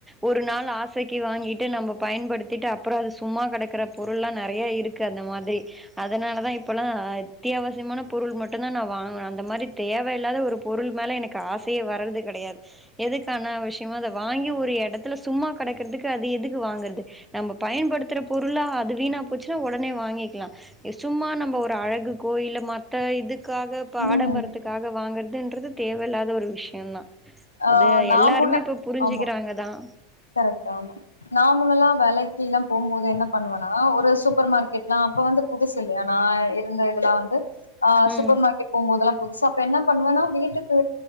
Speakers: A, in the centre; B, on the left.
A: ஒரு நாள் ஆசைக்கு வாங்கிட்டு நம்ம பயன்படுத்திட்டு அப்றோ அது சும்மா கெடக்கிற பொருள்லாம் நெறைய இருக்குது அந்த மாதிரி அதனால தான் இப்பெல்லாம் அத்தியாவசியமான பொருள் மட்டும் தான் நான் வாங்கணும் அந்த மாதிரி தேவ தேவ இல்லாத ஒரு பொருள் மேல எனக்கு ஆசையே வர்றது கெடையாது எதுக்கு அனா விஷயமா அத வாங்கி ஒரு எடத்துல சும்மா கெடைக்கறதுக்கு அது எதுக்கு எதுக்கு வாங்கறது நம்ம பயன்படுத்துற பொருளா அது வீணா போச்சுன்னா ஒடனே வாங்கிக்கலாம் சும்மா நம்ம ஒரு அழகுக்கோ இல்ல மத்த இதுக்காக இப்ப
B: ம்
A: ஆடம்பரத்துக் க்காக வாங்கறதுன்றது தேவயில்லாத ஒரு விஷயம் தான்
B: ஆ
A: அத
B: நா
A: எல்லாருமே
B: முன்ன
A: இப்ப புரிஞ்சுக்கிறாங்க
B: ஆமா
A: தான்
B: கரெக்ட் ஆமா நா முன்னெலாம் வேலைக்குலாம் போகும்போது என்ன பண்ணுவெனா ஒரு சூப்பர் மார்கெ அப்ப வந்து புதுசு இல்லயா நா இருந்த இதுலாம் வந்து ஆ
A: ம்
B: சூப்பர் மார்க்கெட் போகும்போதுலாம் புதுசா இப்ப என்ன பண்ணுவேன்னா வீட்டுக்கு